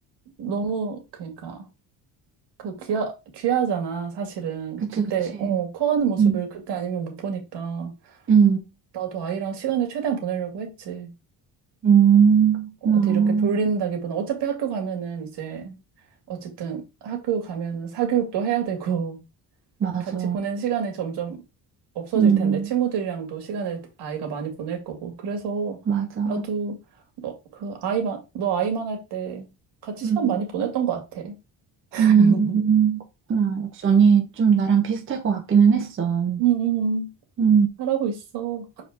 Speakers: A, on the right; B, on the right.
A: 너무 그러니까 그 귀하, 귀하잖아, 사실은.
B: 그치,
A: 그때,
B: 그치.
A: 어, 커가는 모습을
B: 응
A: 그때 아니면 못 보니까
B: 응
A: 나도 아이랑 시간을 최대한 보내려고 했지.
B: 응
A: 어디
B: 그렇구나.
A: 이렇게 돌린다기보다 어차피 학교 가면은 이제 어쨌든 학교 가면은 사교육도 해야 되고
B: 맞아.
A: 같이 보낸 시간이 점점 없어질
B: 응
A: 텐데 친구들이랑도 시간을 아이가 많이 보낼 거고 그래서
B: 맞아.
A: 나도 너 그 아이만 너 아이만 할 때 같이
B: 응,
A: 시간 많이 보냈던 것 같아. <laughs>
B: 응 그렇구나. 역시 언니 좀 나랑 비슷할 것 같기는 했어.
A: 음, 음,
B: 응
A: 잘하고 있어.